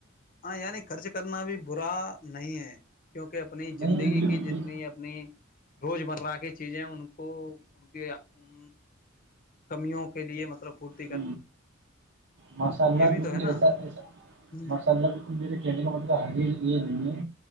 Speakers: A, on the left; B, on the right.
A: ہاں یعنی خرچ کرنا بھی برا نہیں ہے کیونکہ اپنی
B: نہیں
A: زندگی
B: بالکل
A: کی جتنی اپنی روزمرہ کی چیزیں ان کو ان کے ان کمیوں کے لیے مطلب ف
B: ہ ماشاء اللہ
A: یہ بھی
B: بالکل
A: تو ہے نا
B: ایسا ایسا
A: ہ
B: م سد ب میرے کیڈلا م تو ہ یہ نہیں ہے